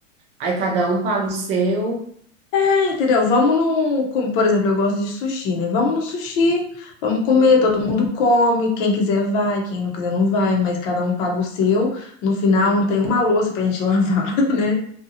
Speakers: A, on the right (about 20°); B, on the left (about 45°).
A: Aí cada um paga o seu.
B: É, entendeu? Vamos no. com- Por exemplo, eu gosto de sushi, né? Vamos no sushi, vamos comer,
A: Hum,
B: todo mundo come. Quem quiser vai, quem não quiser não vai, mas cada um paga o seu. No final
A: não.
B: não tem uma louça pra gente <laughs> lavar, né?